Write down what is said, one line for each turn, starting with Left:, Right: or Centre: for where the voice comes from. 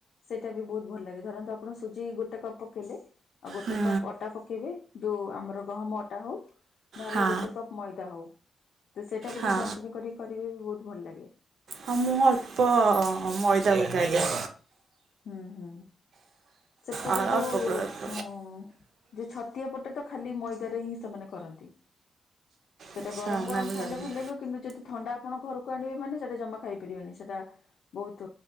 Left: ସେଇଟା ବି ଭୋଉତ୍ ଭଲ ଲାଗେ ଧରନ୍ତୁ ଆପଣ ସୁଜି ଗୋଟେ କପ୍ ପକେଇଲେ। ଆଉ ଗୋଟେ
Right: ହୁଁ
Left: କପ୍ ଅଟା ପକେଇବେ ଯୋଉ ଆମର ଗହମ ଅଟା ହଉ। ନହେଲେ
Right: ହଁ
Left: ଗୋଟେ କପ୍ ମଇଦା ହଉ ତ ସେଇଟାକୁ
Right: ହଁ
Left: ବି ଯନ୍ତୁଣୀ କରି କରିବେ ବି ବହୁତ ଭଲ ଲାଗେ।
Right: ହଁ ମୁଁ ଅଳ୍ପ ମଇଦା ପକାଯାଏ।
Left: ହୁଁ ହୁଁ ସେପଟେ
Right: ଅ-
Left: ଯୋଉ
Right: ଅଳ୍ପ ପୁରା ଅଳ୍ପ
Left: ଉଁ ଯୋଉ ଛତିଆ ପଟେ ତ ଖାଲି ମଇଦାରେ ହିଁ ସେମାନେ କରନ୍ତି ସେଟା
Right: ଆଚ୍ଛା
Left: ଗରମ ଗରମ
Right: ନା ମୁଁ
Left: ଖାଇଲେ
Right: ଜାଣିନି
Left: ଭଲ ଲାଗିବ। କିନ୍ତୁ ଯଦି ଥଣ୍ଡା ଆପଣ ଘରକୁ ଆଣିବେ ମାନ ସେଟା ଜମା ଖାଇ ପାରିବେନି ସେଟା ବୋହୁତ୍